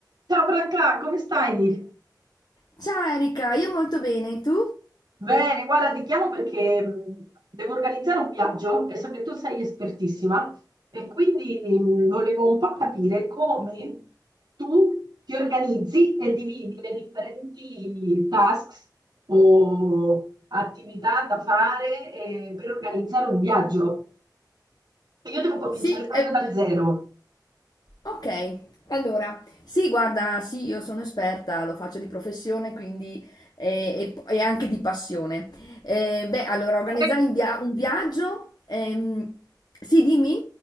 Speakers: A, on the right; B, on the left.
A: Ciao Branca, come stai?
B: Ciao Erika, io molto bene, tu?
A: Bene, guarda, ti chiamo perché mh, devo organizzare un viaggio e so che tu sei espertissima e quindi mh, volevo un po' capire come tu ti organizzi e dividi le differenti tasks o attività da fare eh, per organizzare un viaggio. E Io devo cominciare
B: Sì,
A: proprio
B: eh,
A: da zero.
B: Ok, allora, sì, guarda, sì, io sono esperta, lo faccio di professione, quindi eh, e, e anche di passione. Eh, beh, allora, organizzare
A: Eh,
B: un via- un viaggio, ehm, sì, dimmi?